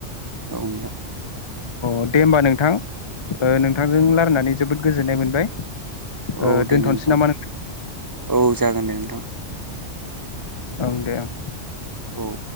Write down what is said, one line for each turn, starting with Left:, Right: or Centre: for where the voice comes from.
Right: औ नोंथां।
Left: अ दे होमबा नोंथां ओ नोंथांजों लारायनानै जोबोद गोजोननाय मोनबाय ओ
Right: औ
Left: दोनथ'नोसै
Right: दे नोंथां
Left: नामा
Right: औ जागोन दे नोंथां।
Left: ओं दे ओं।
Right: औ